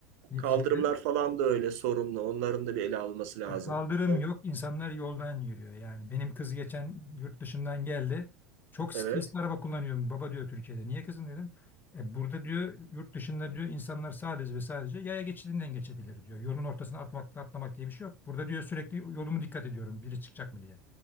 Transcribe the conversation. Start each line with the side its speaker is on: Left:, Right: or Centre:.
Left: Neticede
Right: Kaldırımlar falan da öyle sorunlu. Onların da bir ele alınması lazım.
Left: e, kaldırım
Right: Evet.
Left: yok, insanlar yoldan yürüyor. Yani benim kız geçen yurt dışından geldi. Çok stresli
Right: Evet.
Left: araba kullanıyorum. Baba diyor Türkiye'de. Niye kızım dedim. E burada diyor yurt dışında diyor insanlar sadece ve sadece yaya geçidinden geçebilir diyor. Yolun ortasına atmak, atlamak diye bir şey yok. Burada diyor sürekli yolumu dikkat ediyorum. Biri çıkacak mı diye.